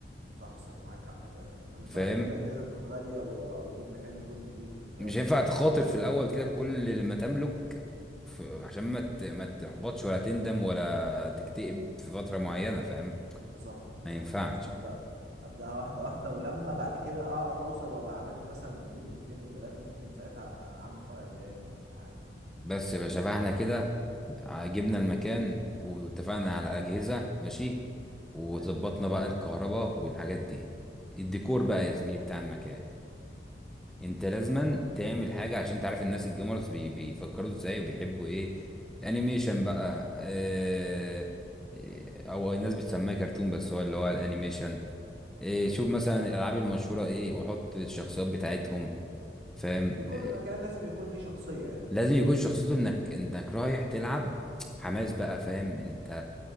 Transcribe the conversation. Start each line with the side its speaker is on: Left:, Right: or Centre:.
Right: صح صح معاك حق فعلا انا
Centre: فاهم
Right: مش هقدر اجيب اجهزه تكون غاليه و- واجيب مكان يكون نظيف والكلام
Centre: مش هينفع
Right: ده برضه
Centre: تخاطر في الاول كده بكل اللي ما تملك ف- عشان ما ت- ما تحبطش ولا تندم ولا تكتئب في فترة معينة فاهم
Right: انت صح انت
Centre: ما
Right: صح
Centre: ينفعش
Right: انا لازم ابدا ابداها واحده واحده ولما بعد كده اعرف اوصل وابقى عملت مثلا زبون واتنين وتلاته ممكن ساعتها اعمل فرع تاني ولا حاجه
Centre: بس يا باشا فاحنا كده جبنا المكان واتفقنا على الأجهزة ماشي وظبطنا
Right: حلو
Centre: بقى الكهرباء والحاجات دي الديكور بقى يا زميلي بتاع المكان انت لازما
Right: اه
Centre: تعمل حاجه عشان تعرف الناس الجيمرز بي بيفكروا ازاي وبيحبوا ايه انيميشن بقى اه اه، او الناس بتسميه كرتون بس هو اللي هو الانيميشن اه
Right: ايوه
Centre: شوف مثلا الالعاب المشهوره ايه وحط الشخصيات بتاعتهم فاهم
Right: ديكور
Centre: اه
Right: المكان لازم يكون ليه شخصيه يعني
Centre: لازم يكون شخصيته انك انك رايح تلعب حماس بقى فاهم انت